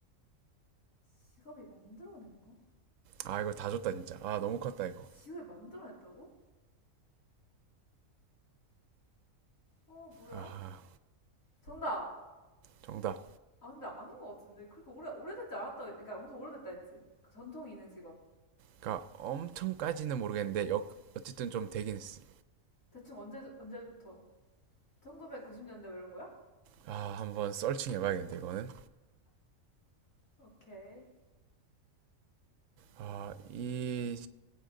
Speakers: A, on the left; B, on the right.
A: 직업이 만들어낸 거?
B: 아 이거 다 줬다 진짜. 아 너무 컸다 이거.
A: 직업이 만들어냈다고? 어, 뭐야?
B: 아
A: 정답!
B: 정답.
A: 아, 근데 아닌 것 같은데. 그렇게 오래, 오래됐지 않았다. 그러니까 엄청 오래됐다 했지. 그 전통이 있는 직업.
B: 그러니까 엄청까지는 모르겠는데 역- 어쨌든 좀 되긴 했어.
A: 대충 언제, 언제부터? 1990년대 뭐 이런 거야?
B: 아 한번 썰칭 해봐야겠는데 이거는.
A: 오케이.
B: 아, 이,